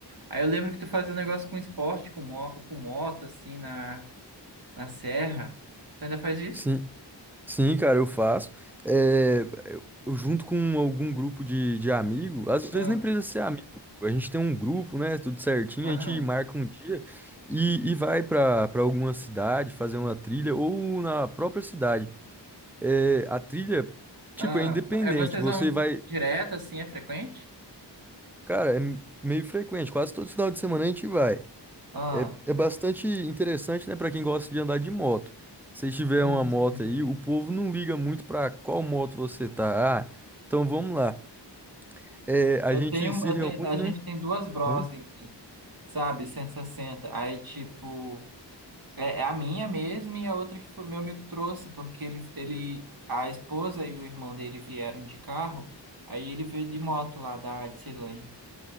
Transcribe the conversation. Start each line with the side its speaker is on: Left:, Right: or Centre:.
Right: Aí eu lembro que tu fazia um negócio com esporte, com, mo com moto, assim, na, na serra. Tu ainda faz isso?
Centre: sim, sim, cara, eu faço. É, eu, eu junto com algum grupo de, de amigo, às vezes
Right: Ah,
Centre: nem precisa ser amigo. A gente tem um grupo, né? Tudo certinho,
Right: aham.
Centre: a gente marca um dia e, e vai pra para alguma cidade fazer uma trilha ou na própria cidade. É, a trilha, tipo,
Right: Ah,
Centre: é independente.
Right: Mas, é, vocês
Centre: Você
Right: vão
Centre: vai,
Right: direto, assim, é frequente?
Centre: cara, é meio frequente. Quase todo final de semana a gente vai.
Right: Ah.
Centre: É, é bastante interessante, né, para quem gosta de andar de moto. Se tiver
Right: sim.
Centre: uma moto aí, o povo não liga muito para qual moto você tá. Ah, então vamos lá. É, a
Right: Eu
Centre: gente
Right: tenho,
Centre: se
Right: eu
Centre: reúne,
Right: tenho, a
Centre: né?
Right: gente tem duas bros
Centre: Hã?
Right: aqui, sabe? cento e sessenta Aí, tipo, é, é a minha mesmo e a outra que foi meu amigo trouxe, porque ele, ele, a esposa e o irmão dele vieram de carro, aí ele veio de moto lá da de Ceilândia.